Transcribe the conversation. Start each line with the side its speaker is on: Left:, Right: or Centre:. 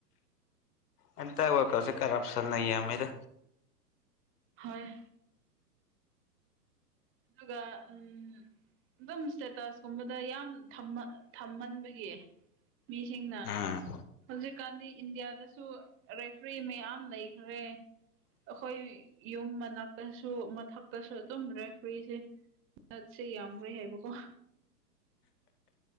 Left: ꯍꯟꯇꯛ ꯋꯥꯜꯀꯞꯁꯦ ꯀꯔꯞ ꯁꯟꯅ ꯌꯥꯝꯃꯤꯗ
Right: ꯍꯣꯏ ꯑꯗꯨꯒ ꯎꯝ ꯑꯗꯨꯝ ꯏꯁꯇꯦꯇꯁ ꯀꯨꯝꯕꯗ ꯌꯥꯝ ꯊꯝꯃ ꯊꯝꯃꯟꯕꯒꯤ ꯃꯤꯁꯤꯡꯅ
Left: ꯎꯝ
Right: ꯍꯧꯖꯤꯛꯀꯥꯟꯗꯤ ꯏꯟꯗꯤꯌꯥꯗꯁꯨ ꯔꯦꯐ꯭ꯔꯤ ꯃꯌꯥꯝ ꯂꯩꯈ꯭ꯔꯦ ꯑꯩꯈꯣꯏ ꯌꯨꯝ ꯃꯅꯥꯛꯇꯁꯨ ꯃꯊꯛꯇꯁꯨ ꯑꯗꯨꯝ ꯔ ꯐ꯭ꯔꯤꯁꯦ ꯅꯠꯁꯦ ꯌꯥꯝꯈ꯭ꯔꯦ ꯍꯥꯏꯕꯀꯣ